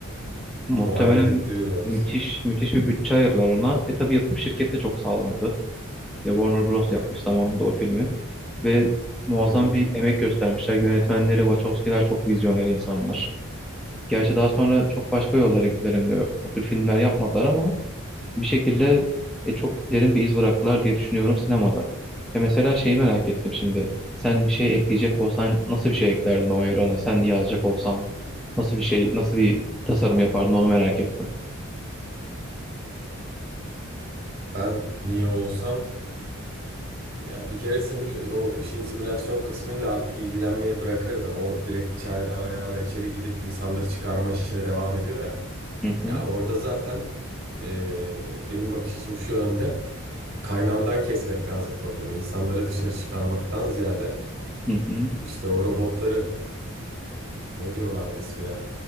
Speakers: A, in the centre; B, on the right (about 45°).
A: muhtemelen
B: O hayret ettiriyor doğrusu.
A: müthiş müthiş bir bütçe ayırdılar ona. E tabii yapım şirket de çok sağlamdı. Ya Warner Bros. yapmış zamanında o filmi. Ve muazzam
B: Hı hı.
A: bir emek göstermişler. Yönetmenleri, Wachowski'ler çok vizyoner insanlar. Gerçi daha sonra çok başka yollara gittiler. Hani o tür filmler yapmadılar ama bir şekilde e, çok derin bir iz bıraktılar diye düşünüyorum sinemada. Ya mesela şeyi merak ettim şimdi. Sen bir şey ekleyecek olsan nasıl bir şey eklerdin o evrana? Sen yazacak olsan nasıl bir şey, nasıl bir tasarım yapardın onu merak ettim.
B: Ben niye olsam ya bir kere simül- o işin simülasyon kısmıyla artık ilgilenmeye bırakırdım. O direkt içeri araya ara içeri gidip insanları çıkarma işine devam ediyor ya.
A: Hı hı,
B: Ya orada zaten e, benim bakış açım şu yönde. Kaynağından kesmek lazım problemi. İnsanları dışarı çıkarmaktan ziyade
A: hı hı.
B: işte o robotları e, ne diyorlardı ismine?